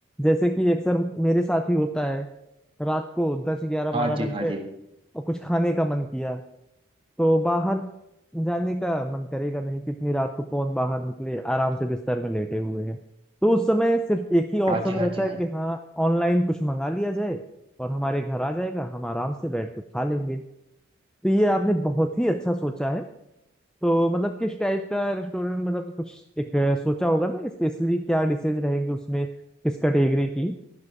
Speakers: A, in the centre; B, on the right.
A: जैसे कि अक्सर मेरे साथ ही होता है रात को दस ग्यारह
B: हाँ
A: बारह
B: जी
A: बज
B: हाँ
A: गए
B: जी
A: और कुछ खाने का मन किया तो बाहर जाने का मन करेगा नहीं कितनी रात को कौन बाहर निकले आराम से बिस्तर में लेटे हुए हैं तो उस समय सिर्फ एक ही ऑप्शन
B: हाँ जी हाँ
A: रहता
B: जी हाँ
A: है
B: जी
A: कि हाँ ऑनलाइन कुछ मंगा लिया जाए और हमारे घर आ जाएगा हम आराम से बैठ के खा लेंगे तो ये आपने बहुत ही अच्छा सोचा है तो मतलब किस टाइप का रेस्टोरेंट मतलब कुछ एक अ, सोचा होगा ना स्पेशली क्या डिशेज रहेंगे उसमें किस कैटेगरी की